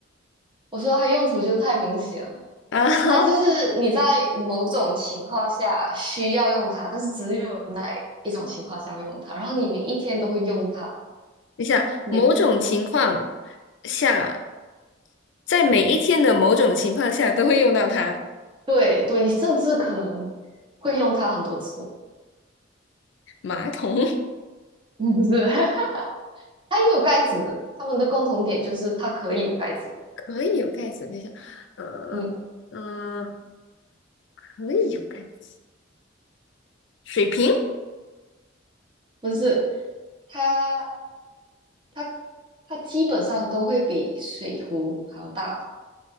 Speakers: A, on the right (about 25°); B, on the left (about 65°).
A: 我说它用途就太明显了，
B: 啊，<laughs>
A: 它就是你在某种情况下需要用它，但是只有那一种情况下会用它，然后你每一天都会用它，
B: 等一下，
A: 每一
B: 某种情况下，在每一天的某种情况下都会用到它。
A: 对对，你甚至可能会用它很多次。<laughs>
B: 马桶
A: 嗯，不是，<laughs> 它也有盖子，它们的共同点就是它可以有盖子。
B: <laughs> 可以有盖子，等一下，嗯嗯，
A: 嗯，
B: 呃可以有盖子。水瓶？
A: 不是，它它。它基本上都会比水壶还要大，